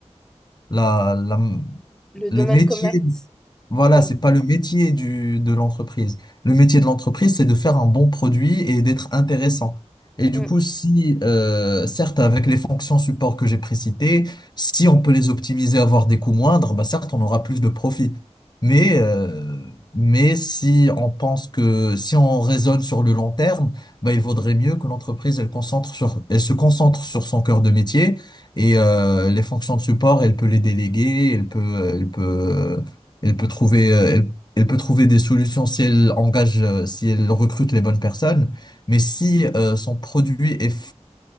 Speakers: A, on the left; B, in the centre.
A: la, la
B: le domaine
A: le métier.
B: commerce,
A: Voilà,
B: pardon,
A: c'est pas le métier du, de l'entreprise. Le métier de l'entreprise, c'est de faire un bon produit et d'être intéressant. Et du
B: Mm.
A: coup, si, euh, certes, avec les fonctions support que j'ai précitées, si on peut les optimiser, avoir des coûts moindres, bah certes, on aura plus de profit. Mais, euh, mais si on pense que, si on raisonne sur le long terme, bah, il vaudrait mieux que l'entreprise, elle concentre sur, elle se concentre sur son cœur de métier et, euh, les fonctions de support, elle peut les déléguer, elle peut, elle peut, elle peut trouver, euh, elle, elle peut trouver des solutions si elle engage, euh, si elle recrute les bonnes personnes. Mais si euh, son produit est,